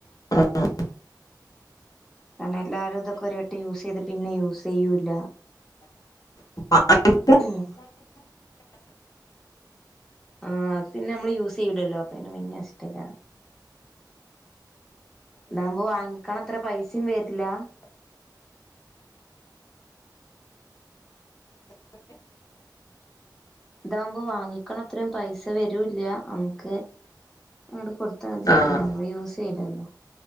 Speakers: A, on the left (about 50°); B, in the centre.
A: ആഹ്
B: കാരണം എല്ലാരും ഇതൊക്കെ ഒരു വട്ടം യൂസ് ചെയ്ത് പിന്നെ യൂസ് ചെയ്യൂല്ല
A: <unintelligible>
B: ഉം ആഹ് അത് പിന്നെ നമ്മള് യൂസ് ചെയ്യൂലല്ലോ? അപ്പ പിന്നെ നശ്ട്ടേക്കാരം ഇതാവുമ്പോ വാങ്ങിക്ക്ണത്ര പൈസിം വര്ല്ലാ ഇതാവുമ്പോ വാങ്ങിക്കണത്രയും പൈസ വരൂല്ല്യ അമ്മക്ക് അങ്ങട് കൊടു ത്താ മതി
A: ആഹ്
B: പിന്നെ നമ്മള് യൂസ് ചെയ്യൂലല്ലോ?